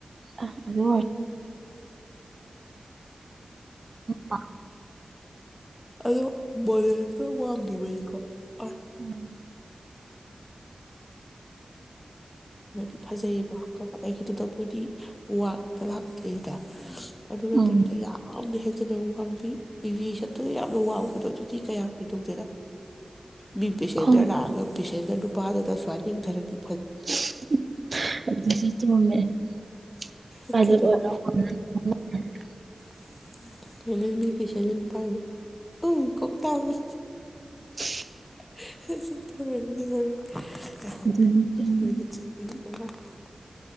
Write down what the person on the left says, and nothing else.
ꯑꯗꯣ ꯃꯣꯔꯦ ꯑ ꯋꯥꯡꯈꯤꯕꯅꯤꯀꯣ ꯑ
<inaudible> ꯐꯖꯩꯌꯦꯕꯕ ꯀꯩꯒꯤꯗꯨꯗ ꯃꯈꯣꯏꯗꯤ ꯋꯥꯡꯅ ꯂꯥꯛꯀꯗꯣꯏꯗ ꯑꯗꯨ ꯅꯠꯇꯕꯤꯗ
ꯌꯥꯝ ꯌꯥꯝ ꯍꯦꯟꯖꯅ ꯋꯥꯡꯕꯤ ꯑꯦꯚꯌꯦꯁꯟꯗ ꯪ ꯌꯥꯝꯅ ꯋꯥꯡꯕꯗꯣ ꯑꯗꯨꯗꯤ ꯀꯌꯥ ꯀꯩꯗꯧꯗꯦꯗ ꯃꯤ ꯄꯦꯁꯦꯟꯖꯔ
ꯂꯥꯛꯑꯒ ꯄꯦꯁꯦꯟꯖꯔ ꯅꯨꯄꯥꯗꯨꯗ ꯁꯨꯃꯥꯏ ꯌꯦꯡꯗꯔꯥꯅꯤ
ꯑꯗꯨꯅꯦ <unintelligible> ꯎꯝ ꯀꯣꯛꯇꯥꯡ
<inaudible> <inaudible>